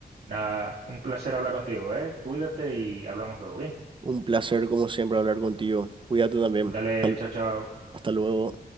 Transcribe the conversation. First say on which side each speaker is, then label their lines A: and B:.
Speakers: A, on the right; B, on the right.
A: Nada, un placer hablar contigo, ¿eh? Cuídate y hablamos luego, bien.
B: Un placer, como siempre, hablar contigo. Cuídate también.
A: Dale,
B: Hasta
A: chao, chao.
B: hasta luego.